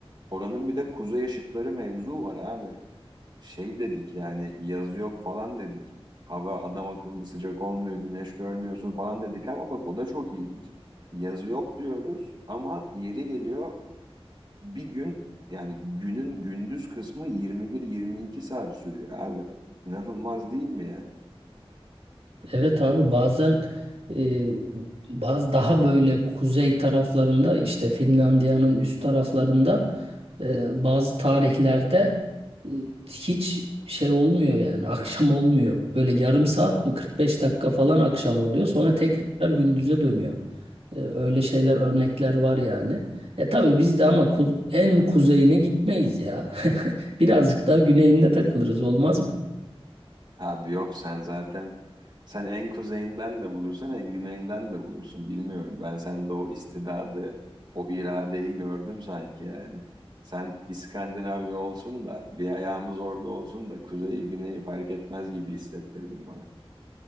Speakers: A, on the right; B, on the right.
A: Oranın bir de kuzey ışıkları mevzu var abi. Şey dedik yani yazı yok falan dedik. Hava adam akıllı sıcak olmuyor, güneş görmüyorsun falan dedik ama bak o da çok ilginç. Yazı yok diyoruz ama yeri geliyor bir gün yani günün gündüz kısmı 21-22 saat sürüyor abi. İnanılmaz değil mi yani?
B: Evet abi bazen e, bazı daha böyle kuzey taraflarında işte Finlandiya'nın üst taraflarında e, bazı tarihlerde e, hiç şey olmuyor yani <laughs> akşam olmuyor. Böyle yarım saat mi 45 dakika falan akşam oluyor sonra tekrar gündüze dönüyor. E, Öyle şeyler, örnekler var yani. E tabii biz de ama ku- en kuzeyine gitmeyiz ya. <laughs> Birazcık daha güneyinde takılırız olmaz mı?
A: Abi yok sen zaten sen en kuzeyinden de bulursun en güneyinden de bulursun bilmiyorum. Ben sende o istidadı o iradeyi gördüm sanki yani. Sen İskandinavya olsun da bir ayağımız orada olsun da kuzeyi güneyi fark etmez gibi hissettirdin bana.